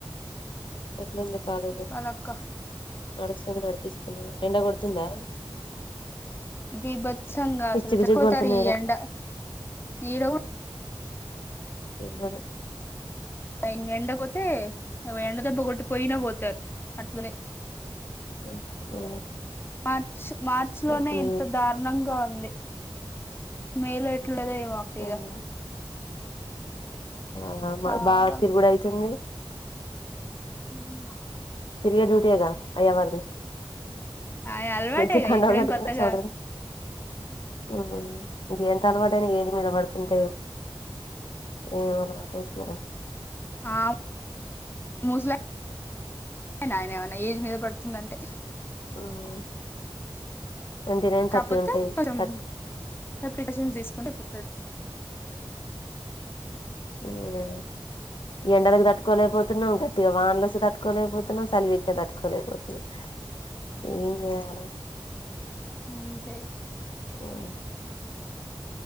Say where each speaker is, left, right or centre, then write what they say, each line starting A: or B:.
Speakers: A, on the left; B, on the left.
A: అలుంది కాలే
B: చెప్పాలక్క
A: నడుస్తుంది నడిపిస్తున్నా ఎండ కొడుతుందా
B: బిభత్సంగా
A: పిచ్చి
B: అసలు
A: పిచ్చి
B: చనిపోతారు
A: కొడుతున్నా
B: ఈ
A: ఈడ
B: ఎండ ఏడ కు
A: వాడే
B: ఆ ఎండకుపోతే ఎండ దెబ్బ కొట్టి పోయినా పోతారు అట్లానే
A: ఆమ్ ఆ
B: మార్చ మార్చిలోనే
A: ఫుల్
B: ఇంత దారుణంగా ఉంది మేలో ఎట్లుండదో ఏమో అక్క
A: ఎండ
B: ఇగ
A: ఆ మా
B: చాలా
A: బాగా తిరుగుడు అయితుంది
B: హమ్
A: ఫిరిగా డ్యూటీ అగా అయ్యా వారుది
B: ఆ అలవాటే
A: నేతికి
B: కదా
A: కండవ
B: ఇప్పుడేం
A: కట్టుకుంటే
B: కొత్తగా
A: చమటలు ఉహుమ్ ఇంక ఎంత అలవాటైనా ఏజ్ మీద పడుతుంటే మీ ఊరి వాళ్ళ మ్యారెజ్ కదా
B: ఆ ముస్లైక్ వింటాడా అయనా ఏమన్నా ఏజ్ మీద పడుతుందంటే
A: ఉమ్ ట్వంటీ నైన్
B: కాపోతే
A: థర్టీ ఉంటాయి
B: పురం
A: థర్టీ
B: ప్రికాషన్స్ తీసుకుంటే <unintelligible>
A: అవునా ఎండకి తట్టుకోలేకపోతే న్నాం గట్టిగా వానలు వస్తే తట్టుకోలేకపోతున్నాం చలి పెట్టిన్నా తట్టుకోలేకపోతున్నాం ఇంక ఏం చేయాలి
B: అంతేగ
A: ఉమ్